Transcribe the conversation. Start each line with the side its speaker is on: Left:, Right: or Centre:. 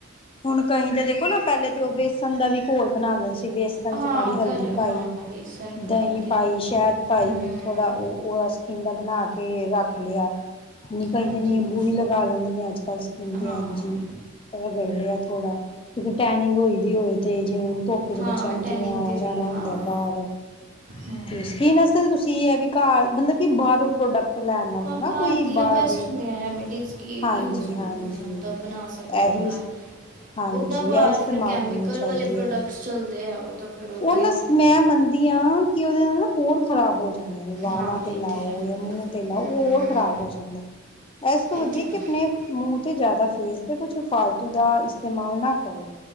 Left: ਹੁਣ ਕਹੀ ਤਾਂ ਦੇਖੋ ਨਾ ਪਹਿਲੇ ਤੇ ਉਹ ਬੇਸਣ ਦਾ ਵੀ ਘੋਲ ਬਣਾ ਲੈਂਦੇ ਸੀਗੇ। ਪਂਚ
Right: ਹਾਂ
Left: ਮਾੜੀ ਹਲਦੀ
Right: ਕਰ
Left: ਪਾਈ,
Right: ਹਾਂ ਵੇਸਨ ਪਤਾ
Left: ਦਹੀਂ
Right: ਨਹੀਂ ਕੀ
Left: ਪਾਈ,
Right: ਕੀ
Left: ਸ਼ਹਿਦ ਪਾਈ,
Right: ਹਮ
Left: ਥੋੜਾ ਉਹ- ਉਹ ਸ- ਓਂਦਾ ਬਣਾ ਕੇ ਰੱਖ ਲਿਆ। ਕਹੀ
Right: ਹਾਂਜੀ
Left: ਤੇ ਨਿੰਬੂ ਵੀ ਲਗਾ ਲੈਂਦੇ ਨੇ ਅੱਜ ਕੱਲ ਸਕਿੰਨ ਤੇ
Right: ਹਾਂ
Left: ਹਾਂਜੀ। ਕਰ ਲੇਆ ਥੋਡਾ ਜਿਥੇ ਟਾਈਨਿੰਗ ਹੋਈ ਦੀ ਐ ਓਥੇ। ਤੇ ਜਿਵੇਂ ਧੋੱਪ ਚ
Right: ਹਾਂ
Left: ਬੱਚਿਆਂ ਨੂੰ ਜਿਵੇਂ
Right: ਟੈਨਿੰਗ
Left: ਆਉਣਾ-
Right: ਦੇ ਲਈ
Left: ਜਾਣਾ ਹੁੰਦਾ
Right: ਹਾਂ
Left: ਬਾਹਰ,
Right: ਹੂੰ
Left: ਤੇ ਇਸ ਫਿਰਨਸ ਤੁਸੀਂ ਇਹ ਹੈ ਵੀ ਘਰ ਮਤਲਬ ਕਿ ਬਾਹਰੋਂ ਪ੍ਰੋਡਕਟ ਲੈਣ ਨਾਲਓ
Right: ਹਾਂ
Left: ਨਾ
Right: ਘਰ
Left: ਕੋਈ
Right: ਦੀਆਂ
Left: ਬਾਹਰ
Right: ਬੈਸਟ
Left: ਦੇ,
Right: ਰੈਮੀਡੀਜ਼ ਕੀ
Left: ਹਾਂਜੀ-ਹਾਂਜੀ।
Right: ਯੂਜਫੁੱਲ ਹੁੰਦੀਆਂ ਉਦਾਂ ਬਣਾ ਸਕਦੇ ਹਾਂ
Left: ਇਹੀ
Right: ਆਪਾਂ ਘਰ
Left: ਹਾਂਜੀ
Right: ਉਦਾਂ ਬਾਹਰ
Left: ਇਹ ਇਸਤੇਮਾਲ
Right: ਫੇਰ ਕੈਮੀਕਲ
Left: ਕਰਨੀ ਚਾਹੀਦੀ
Right: ਵਾਲੇ ਪ੍ਰੋਡਕਟਸ
Left: ਐ।
Right: ਚੱਲਦੇ ਆ ਉਹ ਤਾਂ ਫੇਰ ਓਦਾਂ
Left: ਉਹ ਨਾ
Right: ਹੀ,
Left: ਮੈਂ ਮੰਨਦੀ ਹਾਂ ਕੀ ਉਹਨਾ ਨਾਲ ਹੋਰ ਖ਼ਰਾਬ ਹੋ ਜਾਂਦੇ ਨੇ ਵਾਲਾਂ
Right: ਹਾਂ
Left: 'ਤੇ
Right: ਇਹ
Left: ਲਾਓ
Right: ਤਾਂ ਹੈ
Left: ਜਾਂ ਮੂੰਹ 'ਤੇ ਲਾਓ
Right: ਹੂੰ
Left: ਹੋਰ ਖ਼ਰਾਬ ਹੋ ਜਾਂਦਾ। ਇਸ ਤੋਂ
Right: ਇਹ
Left: ਵਧੀ
Right: ਤਾਂ ਹੈ
Left: ਮੂੰਹ ਤੇ ਜ਼ਿਆਦਾ ਫੇਸ ਤੇ ਕੁਛ ਫਾਲਤੂ ਦਾ ਇਸਤੇਮਾਲ ਨਾ ਕਰੋ।